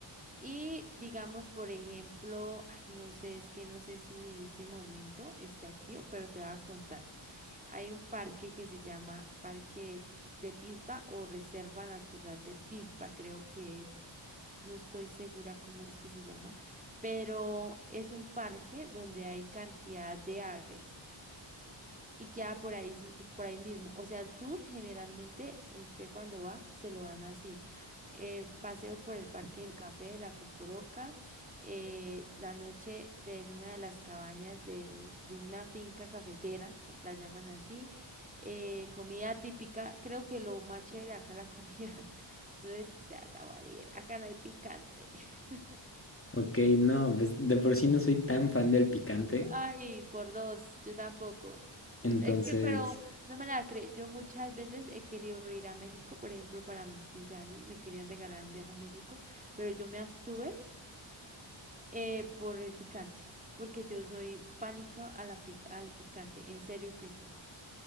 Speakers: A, on the right (about 15°); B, on the left (about 25°).
A: y digamos, por ejemplo, ay, no sé, es que no sé si en este momento esté activo, pero te voy a contar. Hay un parque que se llama Parque es- de Pisba o Reserva Natural de Pisba, creo que es. No estoy segura cómo es que se llama, pero es un parque donde hay cantidad de aves. y queda por ahí, s- por ahí mismo. O sea, el tour generalmente usted cuando va se lo dan así. eh, paseo por el Parque del Café, la Cocoroca, eh, la noche de, en una de las cabañas del- de una finca cafetera, <laughs> je- la llaman así, eh, comida típica, creo que lo más chévere acá la comida, <laughs> entonces te vas a morir, acá no hay picante. <laughs>
B: Ok, no, pues de por sí no soy tan fan del picante,
A: Ay, por dos, yo tampoco. N-
B: entonces,
A: es que- pero no me la creo. Yo muchas veces he querido ir a México, por ejemplo, para mis 15 años me querían regalar un viaje a México, pero yo me abstuve eh, por el picante, porque yo soy pánico a la pic- al picante, en serio que sí.